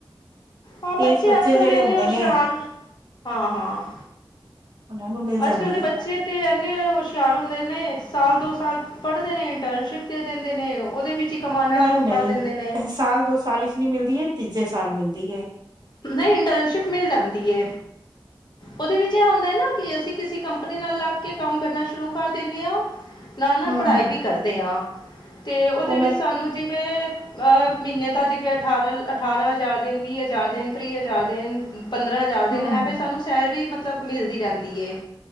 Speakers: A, on the left; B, on the right.
A: ਹਾਂ,
B: ਤੇਜ਼
A: ਬੱਚੇ ਅੱਜ ਕੱਲ੍ਹ
B: ਜਿਹੜੇ
A: ਦੇ ਇੰਨੇ
B: ਹੁੰਦੇ
A: ਹੁਸ਼ਿਆਰ
B: ਨੇ
A: ਹਾਂ ਹਾਂ
B: ਉਹਨਾਂ ਨੂੰ, ਮਿਲ ਜਾਂਦੀ
A: ਅੱਜ ਕੱਲ੍ਹ ਦੇ
B: ਏ -
A: ਬੱਚੇ ਤੇ, ਇੰਨੇ ਹੁਸ਼ਿਆਰ ਹੁੰਦੇ ਨੇ ਸਾਲ ਦੋ ਸਾਲ ਪੜ੍ਹਦੇ ਨੇ, ਇੰਟਰਨਸ਼ਿਪ ਦੇ ਦਿੰਦੇ ਨੇ ਉਹਦੇ ਵਿੱਚ, ਹੀ ਕਮਾਉਣਾ
B: ਨਹੀਂ
A: ਸ਼ੁਰੂ ਕਰ ਦਿੰਦੇ ਨੇ
B: ਸਾਲ ਦੋ ਸਾਲ ਵਿਚ ਨਹੀ ਮਿਲਦੀ, ਤੀਜੇ ਸਾਲ ਮਿਲਦੀ ਏ?
A: ਨਹੀਂ, ਇੰਟਰਨਸ਼ਿਪ ਮਿਲ ਜਾਂਦੀ ਏ ਉਹਦੇ ਵਿੱਚ ਇਹ ਹੁੰਦਾ ਨਾ, ਕਿ ਅਸੀਂ ਕਿਸੇ ਕੰਪਨੀ ਨਾਲ ਲੱਗ ਕੇ, ਕੰਮ ਕਰਨਾ ਸ਼ੁਰੂ ਕਰ ਦਿੰਦੇ ਆ। ਨਾਲ ਨਾਲ
B: ਹੂੰ
A: ਪੜ੍ਹਾਈ
B: ਹੂੰ
A: ਵੀ ਕਰਦੇ ਹਾਂ, ਤੇ ਉਹਦੇ
B: ਉਹ ਮੈਂ
A: ਵਿੱਚ ਸਾਨੂੰ ਜਿਵੇਂ ਅਹ ਮਹੀਨੇ ਤਾਂ ਦੇਖ, ਅਠਾਰਾਂ ਅਠਾਰਾਂ ਹਜ਼ਾਰ ਹਜ਼ਾਰ ਦੇਣ, ਤੀਹ ਹਜ਼ਾਰ, ਦਿਨ ਪੰਦਰਾਂ ਚਾਰ ਦਿਨ
B: ਹੂੰ
A: ਐਵੇਂ,
B: ਹੂੰ
A: ਸਾਨੂੰ ਸੈਲਰੀ ਮਤਲਬ ਮਿਲਦੀ ਰਹਿੰਦੀ ਏ,